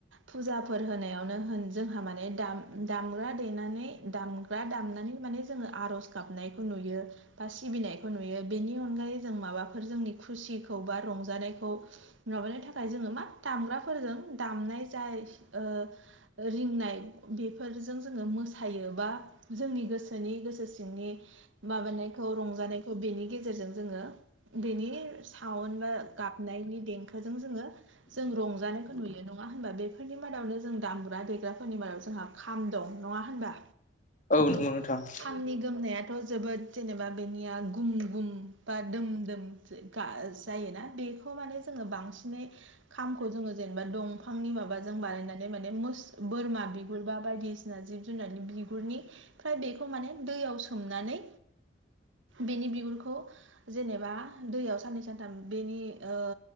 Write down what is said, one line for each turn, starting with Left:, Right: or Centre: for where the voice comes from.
Right: फुजाफोर होनायावनो होन जोंहा माने दाम दामग्रा देनानै दाम ग्रा दामनानै माने जोङो आर'ज गाबनायखौ नुयो बा सिबिनायखौ नुयो बेनि अनगायै जों माबाफोर जोंनि खुसिखौ बा रंजानायखौ माबानो थाखाय जोङो मा दामग्राफोरजों दामनाय जाय ओ रिंनाय बेफोरजों जोङो मोसायो बा जोंनि गोसोनि गोसो सिंनि माबानायखौ रंजानायखौ बेनि गेजेरजों जोङो बेनि साावन बा गाबनायनि देंखोजों जोङो जों रंजानायखौ नुयो नङा होनबा बेफोरनि मादावनो जों दामग्रा देग्राफोरनि मादाव जोंहा खाम दं नङा होनबा?
Left: औ नंगौ नोंथां।
Right: खामनि गोमनायाथ' जोबोद जेनेबा बेनिया गुम गुम बा दोम दोम जायोना बेखौ माने जोङो बांसिनै खामखौ जोङो जेनेबा दंफांनि माबाजों बानायनानै माने मुस बोरमा बिगुरबा बायदि सिना जिब जुनार बिगुरनिफ्राय बेखौ माने दैयाव सोमनानै बेनि बिगुरखौ जेनेबा दैयाव साननै सानथाम बेनि ओ